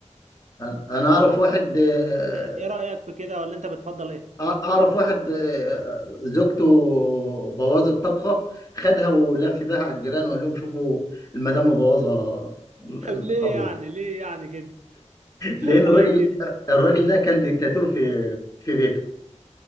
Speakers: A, on the left (about 30°); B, on the right (about 70°).
A: انا أنا اعرف واحد آه،
B: انت ايه رايك في كده ولا انت بتفضل ايه
A: آه، اعرف واحد آه، زوجته بوظت طبخة خدها ولف بيها على الجيران وقال لهم شوفوا المدام مبوظة
B: طب ليه
A: الطبيخ
B: يعني ليه يعني كده
A: لان
B: طب ليه
A: الراجل
B: كده
A: الراجل ده كان ديكتاتور في في بيته